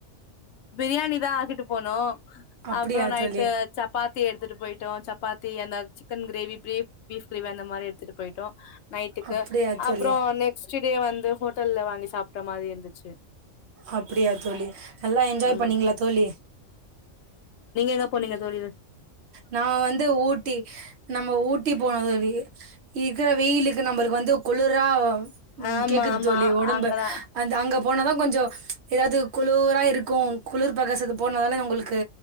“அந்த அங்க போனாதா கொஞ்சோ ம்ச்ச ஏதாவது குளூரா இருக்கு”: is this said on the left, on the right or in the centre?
Right